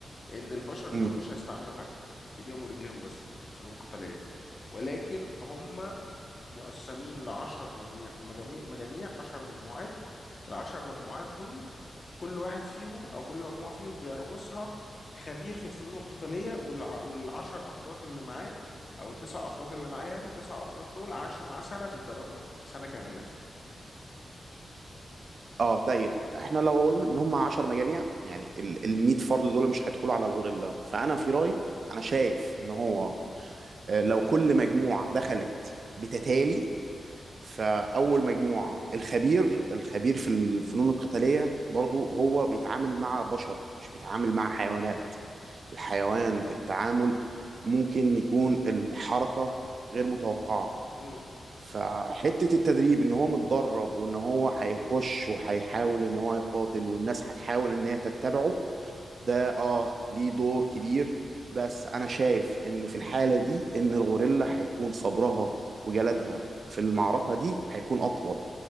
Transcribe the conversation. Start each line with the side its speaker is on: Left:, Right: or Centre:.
Left: ان البشر دول
Right: امم
Left: مش هيستعملوا حاجة ايديهم ورجليهم بس فنون قتالية ولكن هم مقسمين لعشر مجميع مجاميع مجاميع عشر مجموعات العشر مجموعات دول كل واحد فيهم او كل مجموعه فيهم بيرقصها خبير في الفنون القتاليه والع... والعشر افراد اللي معاه او التسع افراد اللي معاه يعني التسع افراد دول عاشوا معاه سنه بيتدربوا معاه سنه كامله
Right: اه طيب احنا لو قلنا ان هم 10 مجاميع يعني ال ال 100 فرد دول مش هيدخلوا على الغوريلا فانا
Left: امم
Right: في رايي انا شايف ان هو آه، لو كل مجموعة دخلت بتتالي فأول مجموعة الخبير الخبير في الفنون القتالية برضو هو بيتعامل مع بشر مش بيتعامل مع حيوانات الحيوان التعامل ممكن يكون الحركة غير متوقعة
Left: امم
Right: فحتة التدريب ان هو متدرب وان هو هيخش وهيحاول ان هو يقاتل والناس هتحاول ان هي تتبعه ده اه ليه دور كبير بس انا شايف ان في الحالة دي ان الغوريلا هيكون صبرها وجلدها في المعركة دي هيكون اطول